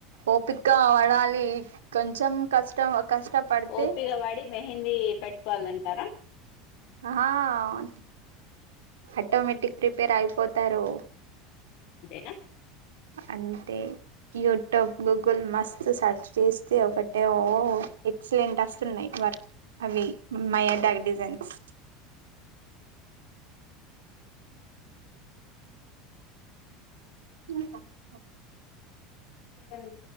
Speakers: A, on the right; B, on the left.
A: ఓపికావా కాలి కొంచెం కష్టం కష్టపడితే
B: ఓపిగా వడి మెహందీ పెట్ వాలంటరా
A: ఆ అవు ఆటోమేటిక్ ప్రిపేర్ అయిపోతారు
B: ఎన
A: అంటే యూట్యూబ్ గూగుల్ మస్త్ సర్చ్ చేస్తే ఒకటే ఓ ఎక్సలెంట్ వస్తున్నాయి వర్క్ అవి మయాడాగ్ డిజైన్స్ ఉ ఓకే
B: ఏంది